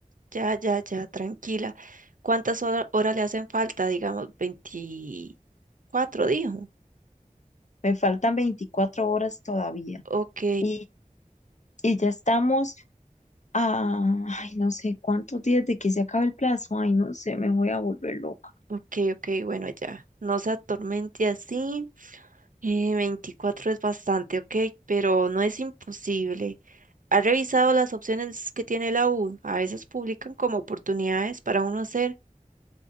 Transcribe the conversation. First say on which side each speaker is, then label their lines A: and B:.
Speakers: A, on the right (about 70°); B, on the left (about 55°).
A: ya, ya, ya, tranquila. ¿Cuántas hora- horas le hacen falta? Digamos, Veinticuatro, dijo.
B: Me faltan 24 horas todavía.
A: Ok,
B: Y, y ya estamos Ah, ay, no sé cuántos días de que se acabe el plazo. Ay, no sé, me voy a volver loca.
A: ok, ok, bueno, ya. No se atormente así. Eh, 24 es bastante, ok, pero no es imposible. ¿Ha revisado las opciones que tiene la U? A veces publican como oportunidades para uno hacer.